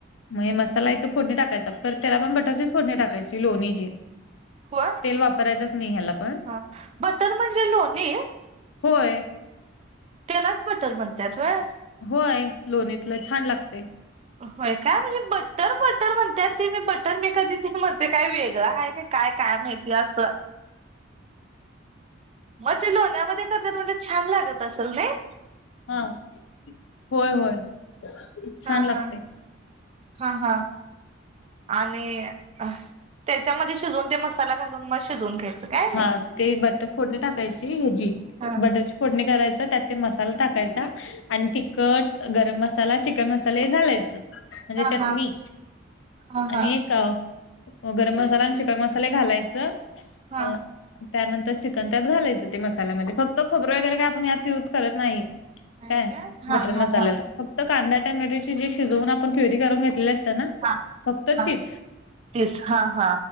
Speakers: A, on the left (about 70°); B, on the right (about 30°).
A: मग मसाला यथो फोडणी टाकायचा. पतर त्याला पण बटरची फोडणी टाकायची लोणीची.
B: हो
A: तेल वापरायचंच नाही ह्याला पण
B: ह, बटर म्हणजे लोणी.
A: होय.
B: त्यालाच बटर म्हणत्यात व्हय.
A: होय, लोणीतलं छान लागतंय.
B: व्हय काय, म्हणजे बटर बटर म्हणत्यात ते मी बटर मी कधी म्हणते काय वेगळं आहे का. काय काय माहीती असं मग ते लोण्यामध्ये करत्यात म्हणजे छान लागत असेल नाही.
A: हां, होय होय.
B: हा
A: छान लागते
B: हा, हा हा आणि, त्याच्यामध्ये शिजवून ते मसाला घालून मग शिजवून घ्यायचं. काय
A: हा,
B: नाही
A: ते बटर फोडणी टाकायची हेची,
B: हा
A: बटर फोडणी करायचा, त्यात ते मसाला टाकायचा, आणि तिखट गरम मसाला, चिकन मसाले घालायच म्हणजे
B: हा
A: चटणी
B: हा हा
A: आणि
B: हा
A: का ओ, गरम मसाला आणि चिकन मसाले घालायच म
B: हा
A: त्यानंतर चिकन त्यात घालायचं, ते मसाल्यामध्ये फक्त खोबरं वगैरे काय आपण यात युज करत नाही.
B: नाही
A: काय,
B: हा
A: बटर
B: हा
A: मसाल्याला.
B: हा
A: फक्त कांदा टॅमॅटोची जी शिजवून आपण फ्युरी करून घेतलेली असते ना.
B: हा
A: फक्त
B: हा
A: तीच,
B: तेच हा हा